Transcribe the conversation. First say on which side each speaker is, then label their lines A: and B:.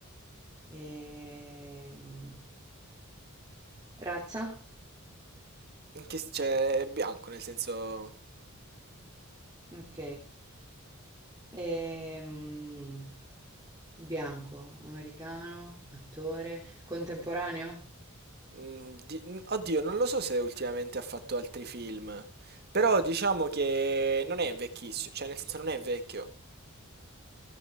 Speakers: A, on the right; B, on the right.
A: Ehm, Razza?
B: In Che, s- cioè, è bianco, nel senso...
A: Ok. Ehm, bianco, americano, attore, contemporaneo.
B: mm, di- mm, oddio, non lo so se ultimamente ha fatto altri film, però diciamo che non è vecchissimo, cioè nel senso non è vecchio.